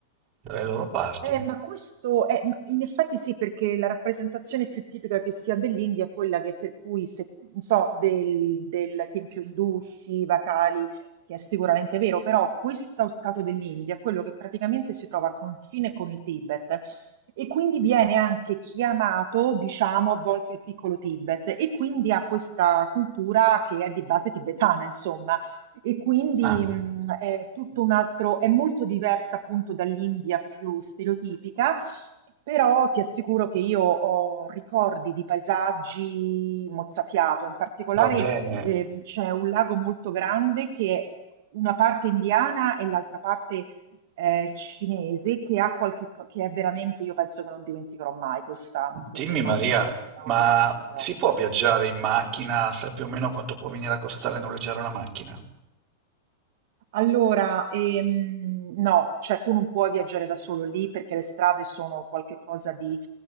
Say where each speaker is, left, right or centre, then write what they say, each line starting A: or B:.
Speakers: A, on the right; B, on the right.
A: dalle loro parti.
B: Eh, ma questo è, ma in effetti sì, perché la rappresentazione più tipica che si ha dell'India è quella che per cui, se, non so, del, del tempio indù, Shiva, Kali, che è sicuramente vero, però questo stato dell'India è quello che praticamente si trova a confine con il Tibet e quindi viene anche chiamato, diciamo, a volte il piccolo Tibet e quindi ha questa cultura che è di base tibetana, insomma. E quindi
A: Ah,
B: mh, è tutto un altro, è molto diversa appunto dall'India più stereotipica, però ti assicuro che io ho ricordi di paesaggi mozzafiato, in particolare
A: va bene,
B: ehm, c'è un lago molto grande che è una parte indiana e l'altra parte eh, cinese che ha qualche co- che è veramente, io penso che non dimenticherò mai questa, questa
A: dimmi
B: immagine
A: Maria,
B: di questo lago
A: ma
B: di fronte ai miei
A: si
B: occhi.
A: può viaggiare in macchina? Sai più o meno quanto può venire a costare noleggiare una macchina?
B: Allora, ehm, no, cioè tu non puoi viaggiare da solo lì perché le strade sono qualcosa di